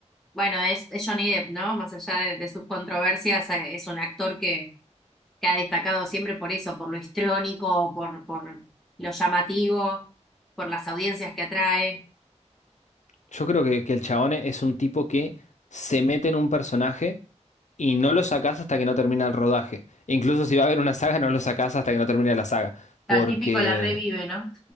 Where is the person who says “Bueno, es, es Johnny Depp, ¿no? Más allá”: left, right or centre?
Centre